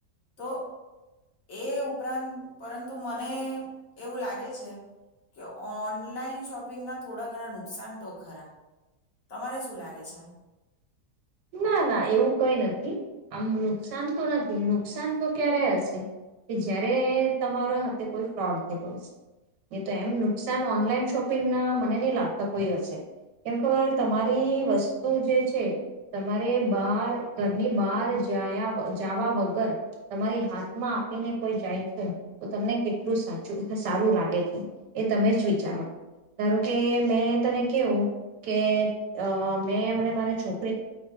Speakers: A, on the left; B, on the right.
A: તો એ ઉપરાંત પરંતુ મને એવું લાગે છે, કે ઓનલાઈન શોપિંગના થોડા ઘણા નુકસાન તો ખરા. તમારે શું લાગે છે?
B: ના ના, એવું કઈ નથી. આમ નુકસાન તો નથી. નુકસાન તો ક્યારે હશે, કે જય્યારે તમારા હાથે કોઈ ફ્રોડ થયલો હશે. નહીં તો એમ નુકસાન ઓનલાઈન શોપિંગના મને નહી લાગતા કોઈ હશે. કેમ ખબર, તમારી વસ્તુ જે છે તમારે બાર ઘરની બહાર જાયા જાવા વગર તમારી હાથમાં આપીને કોઈ જાય છે, તો તમને કેટલું સાચું સારું લાગે છે, એ તમે જ વિચારો. ધારો કે મેં તને કેવું કે મેં અમને મારા છોકરા છ